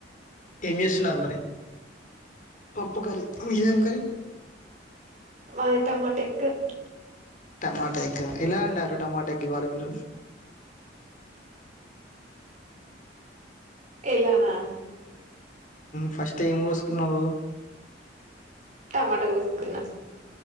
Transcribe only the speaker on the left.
ఏం చేస్తున్నారు మరి పప్పు కరి మీరేం కర
టమాటా ఎగ్గ ఎలా అంటారు టమాటా ఎగ్గ ఇవ్వాలి మీరు
ఫస్ట్ ఏం కోసుకున్నావు